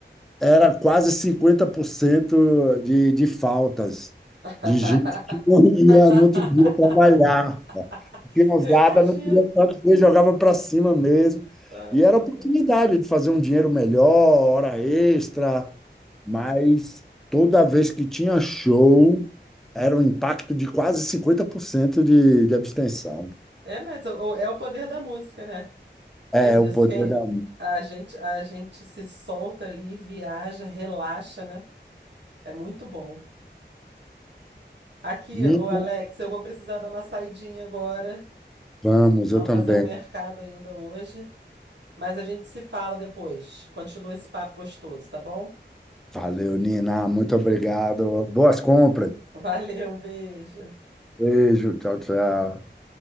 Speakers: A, in the centre; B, on the right.
A: Era quase 50% de, de faltas
B: <laughs>
A: de gente que não ia no outro dia trabalhar. A
B: <laughs>
A: criançada
B: Eu imagino.
A: não queria fazer, jogava para cima mesmo.
B: Ai,
A: E
B: meu
A: era a oportunidade
B: Deus.
A: de fazer um dinheiro melhor, hora extra mas toda vez que tinha show, era um impacto de quase 50% de, de abstenção.
B: É, mas o- o- é o poder da música, né?
A: É,
B: É isso.
A: o poder
B: Quem
A: da
B: a gente a gente se solta ali, viaja, relaxa, né? É muito bom. Aqui,
A: música.
B: ô Alex, eu vou precisar dar uma saidinha agora.
A: Vamos,
B: Vamos
A: eu também.
B: fazer um mercado ainda hoje, mas a gente se fala depois. Continua esse papo gostoso, tá bom?
A: Valeu, Nina. Muito obrigado. Boas compras.
B: Valeu, um beijo.
A: Beijo. Tchau, tchau.